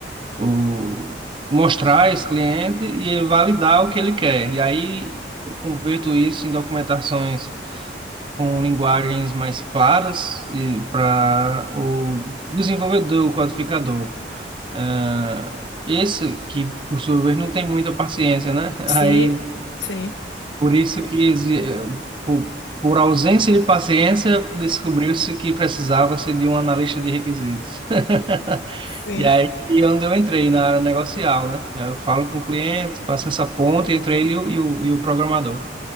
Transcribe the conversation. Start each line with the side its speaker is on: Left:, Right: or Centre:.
Right: o, mostrar a esse cliente e ele validar o que ele quer. E aí eu converto isso em documentações com linguagens mais claras e para o desenvolvedor, o codificador. Ah, esse que, por sua vez, não tem muita paciência, né? <laughs>
Left: Sim,
Right: Aí,
Left: sim,
Right: por isso que, exi- eh, por, por ausência de paciência, descobriu-se que precisava-se de um analista de requisitos. <laughs>
Left: sim.
Right: E aí, e onde eu entrei na área negocial, né? Eu falo com o cliente, faço essa ponte entre ele e o, e o, e o programador.